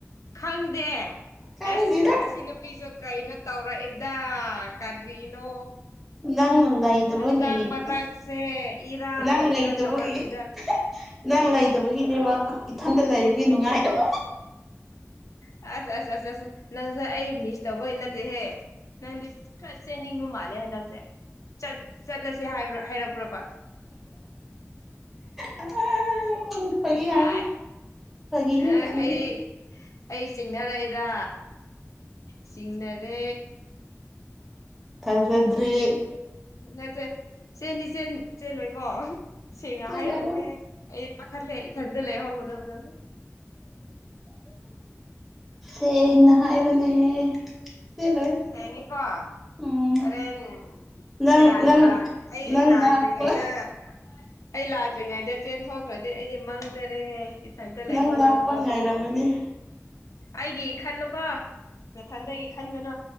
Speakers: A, on the left; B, in the centre.
A: ꯈꯪꯗꯦ
B: ꯈꯪꯗꯦꯗ
A: ꯑꯦꯁ ꯑꯁꯤ ꯅꯨꯄꯤꯁꯨ ꯀꯩꯅꯣ ꯇꯧꯔꯛꯏꯦꯗꯥ ꯀꯔꯤꯅꯣ
B: ꯅꯪ ꯂꯩꯇꯕꯒꯤ
A: ꯑꯗꯒ ꯃꯔꯒꯁꯦ
B: ꯑꯁ
A: ꯏꯔ
B: ꯅꯪ ꯂꯩꯇꯕꯒꯤ
A: ꯇꯧ꯭ꯔ ꯏ
B: ꯅꯪ ꯂꯩꯇꯕꯒꯤꯅꯦꯕ ꯏꯊꯟꯇ ꯂꯩꯕꯒꯤ ꯅꯨꯡꯉꯥꯏꯗꯕ
A: ꯑ ꯑ ꯑ ꯑ ꯅꯪꯁꯦ ꯑꯩ ꯃꯤꯁ ꯇꯧꯕꯩ ꯅꯠꯇꯦꯍꯦ ꯅꯪꯗꯤ ꯈꯔ ꯆꯦꯟꯅꯤꯡꯕ ꯃꯥꯜꯂꯦ ꯍꯟꯗꯛꯁꯦ ꯆꯠꯂꯁꯦ ꯍꯥꯏꯕ ꯍꯥꯏꯔꯛꯄ꯭ꯔꯣꯕ
B: ꯑꯥ, ꯐꯥꯒꯤ ꯍꯥꯏꯕꯅꯤ
A: ꯑ
B: ꯐꯥꯒꯤꯅꯦ
A: ꯑ
B: ꯐꯥꯒꯤꯅꯦ
A: ꯑꯩ ꯑꯩ ꯆꯤꯡꯅꯔꯛꯏꯔ ꯆꯤꯡꯅꯔꯦ
B: ꯊꯖꯗ꯭ꯔꯤ
A: ꯅꯠꯇ ꯆꯦꯅꯤ ꯆꯦꯟ ꯆꯦꯜꯣꯏ ꯀꯣ ꯁꯦꯡꯅ
B: ꯆꯦꯜꯂꯣꯏꯗ
A: ꯍꯥꯏꯔꯝꯃꯣꯏꯍꯦ ꯑꯩ ꯄꯥꯈꯠꯂꯦ ꯏꯊꯟꯗ ꯂꯩꯦ ꯍꯧꯒꯗꯕꯗ
B: ꯁꯦꯡꯅ ꯍꯥꯏꯕꯅꯦ ꯆꯦꯜꯂꯣꯏꯗ
A: ꯁꯉꯄꯥ
B: ꯎꯝ
A: ꯍꯔꯦꯟꯦꯟ
B: ꯅꯪ
A: ꯁꯔꯗꯔ
B: ꯅꯪ
A: ꯑꯩ
B: ꯅꯪ
A: ꯂꯜꯔꯤꯉ
B: ꯂꯥꯛꯄ
A: ꯏ ꯏꯂ ꯑꯗꯨꯃꯤ ꯉꯥꯏꯗꯦ ꯆꯦꯟꯊꯣꯛꯈ꯭ꯔꯗꯤ ꯑꯩꯗꯤ ꯃꯥꯡꯖꯔꯦ ꯏꯊꯟꯇ ꯂꯩꯍꯧꯗꯕꯗꯣ
B: ꯅꯪ ꯂꯥꯛꯄ ꯉꯥꯏꯔꯝꯒꯅꯤ
A: ꯑꯩꯒꯤ ꯈꯜꯂꯨꯀꯣ ꯃꯊꯪꯗꯒꯤ ꯈꯟꯒꯅꯨ